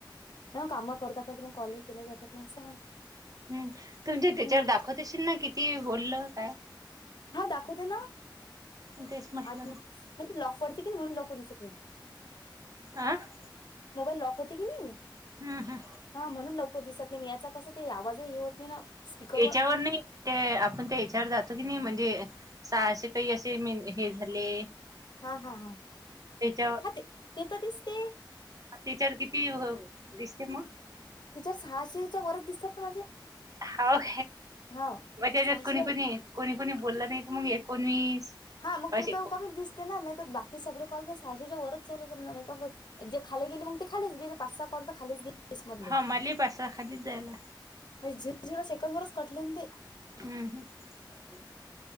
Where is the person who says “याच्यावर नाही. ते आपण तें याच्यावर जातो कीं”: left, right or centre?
Right